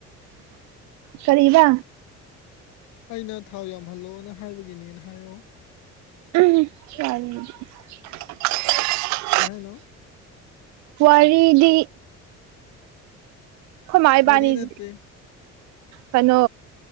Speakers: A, on the right; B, on the left.
A: ꯀꯕ
B: ꯑꯩꯅ ꯊꯥꯎ ꯌꯥꯝꯍꯜꯂꯣꯅ ꯍꯥꯏꯕꯒꯤꯅꯦꯅ ꯍꯥꯏꯌꯣ
A: ꯐꯗꯤ
B: ꯍꯜꯂꯣ
A: ꯋꯥꯔꯤꯗꯤ ꯃꯥ ꯏꯕꯥꯅꯤꯁꯦ
B: ꯐꯔꯤ ꯅꯠꯇꯦ
A: ꯀꯩꯅꯣ